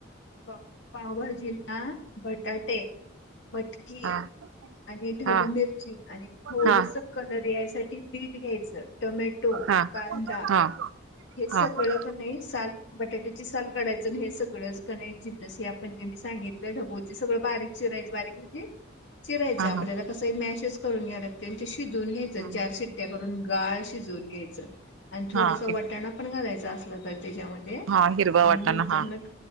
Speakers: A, on the left; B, on the right.
A: पाव पावभाजीला बटाटे, मटकी,
B: हा
A: आणि ढबू
B: हा
A: मिरची आणि थोडस
B: हा हा
A: कलर यायसाठी बीट घ्यायचं टोमॅटो,
B: हा
A: कांदा
B: हा
A: हे
B: हा
A: सगळकन‌इ साल बटाट्याची साल काढायचं हे सगळंच कन‌ई जिनसी आपण जे मी सांगितलं ढबोची सगळं बारीक चिरायचं बारीक म्हणजे, चिरायचं आपल्याला
B: हा
A: कसं मॅशच करून घ्या लागते, ते शिजून घ्यायच
B: हा हा
A: चारशिट त्या करून गाळ शिजवून घ्यायचं आणि थोडासा
B: हा एक
A: वटाणा पण घालायचा असलं तर त्याच्यामध्ये. ते
B: हा हिरवा
A: आणि
B: वाटाणा
A: नंतर
B: हा
A: नग